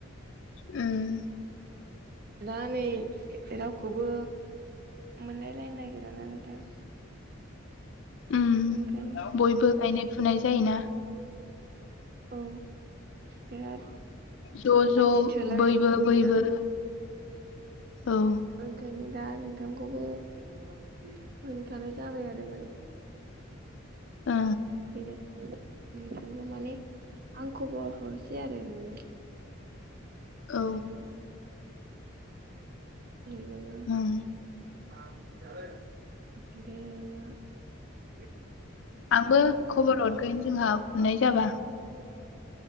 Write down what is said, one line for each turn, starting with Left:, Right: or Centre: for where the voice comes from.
Left: ओम
Right: दा नै रावखौबो मोनलायलायनो नागिरा ना नोंथां।
Left: ओम
Right: ओंखायनो
Left: बयबो गायनाय फुनाय जायोना।
Right: औ बिराद
Left: ज' ज'
Right: मानसि थोलाय
Left: बैबो बैबो
Right: ना
Left: औ
Right: ओंखायनो दा नोंथांखौबो होनखानाय जाबाय आरो माने।
Left: ओं
Right: फैनो नोंथांखौ माने आं खबर हरसै आरो नोंनो
Left: औ
Right: नोंथांनो <unintelligible>
Left: ओं
Right: <inaudible>
Left: आंबो खबर हरगोन जोंहा फुनाय जाबा